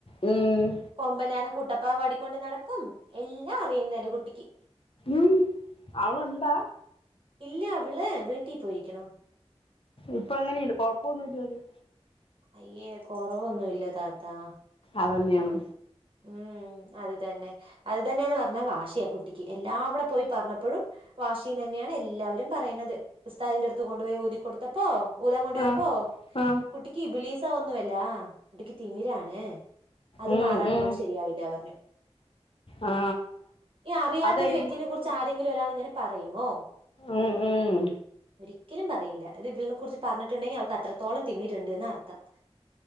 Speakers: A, on the left; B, on the right.
A: ഉം
B: കൊമ്പനാന കുട്ടപ്പാ പാടിക്കൊണ്ട് നടക്കും എല്ലാം അറിയാം ഇന്ന് എന്റെ കുട്ടിക്ക്
A: ഉം അവളുണ്ടാ
B: ഇല്ല അവള് വീട്ടിൽ പോയിരിക്കണു
A: ഇപ്പൊ എങ്ങനെയുണ്ട് കൊഴപ്പവൊന്നും ഇല്ല പോലും
B: അയ്യേ കൊറവൊന്നും ഇല്ല താത്താ
A: അതന്നെയാണ്
B: ഉം അത് അത് തന്നെ അത് തന്നെയെന്ന് പറഞ്ഞാ വാശിയാ കുട്ടിക്ക് എല്ലാവിടെ പോയി പറഞ്ഞപ്പോഴും വാശിയെന്ന് തന്നെയാണ് എ എല്ലാവരും പറയണത് ഉസ്താദിന്റെ അടുത്ത് കൊണ്ടുപോയി ഊതിക്കൊടുത്തപ്പോ ഊതാൻ കൊണ്ടു പോയപ്പോ
A: ആ ആ
B: കുട്ടിക്ക് ഇബിലീസ ഒന്നുമല്ലാ കുട്ടിക്ക് തിമിരാണ് അത്
A: ഉം
B: മാറാണ്ട്
A: ഉം
B: ഒന്നും ശരിയാവില്ല പറഞ്ഞു
A: ആ
B: ഈ അറിയാത്ത
A: അതെങ്ങ
B: ഒരു വ്യക്തിനെ കുറിച്ച് ആരെ ങ്കിലും ഒരാളിങ്ങനെ പറയുമോ
A: ഉം ഉം
B: ഒരിക്കലും പറയില്ല അത് ഇവിളിനെ കുറിച്ച് പറഞ്ഞിട്ടുണ്ടെങ്കിൽ അവൾക്ക് അത്രത്തോളം തിമിരുണ്ടെന്ന് അർത്ഥം